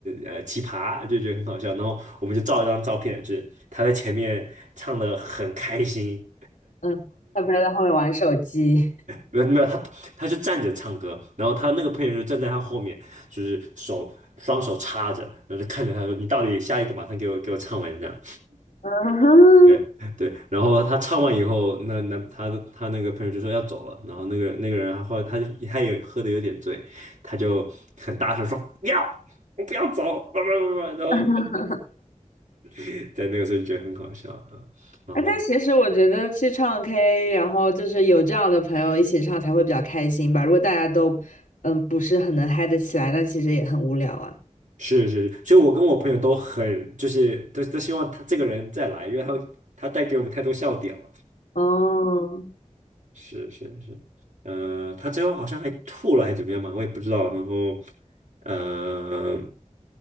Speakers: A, on the right; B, on the left.
A: 呃奇葩，就觉得很好笑。然后我们就照一张照片，就是他在前面唱的很开心，
B: <laughs> 嗯，他不要在后面玩手机。<laughs>
A: 没有没有他他就站着唱歌，然后他那个朋友就站在他后面，就是手双手插着，然后就看着他说：“你到底下一个马上给我给我唱完这样。”
B: 嗯哼，
A: 对对，然后他唱完以后，那那他的他那个朋友就说要走了，然后那个那个人他后来他就他也喝的有点醉，他就很大声说不要，我不要走，不不不，然后在
B: <laughs>
A: <laughs> 在那个时候就觉得很好笑啊，嗯然后
B: 哎，但其实我觉得去唱 K，然后就是有这样的朋友一起唱才会比较开心吧。如果大家都嗯不是很能嗨得起来，那其实也很无聊啊。
A: 是是，所以我跟我朋友都很就是都都希望他这个人再来，因为他他带给我们太多笑点了。
B: 哦，
A: 是是是，呃，他最后好像还吐了，还是怎么样嘛，我也不知道。然后，呃，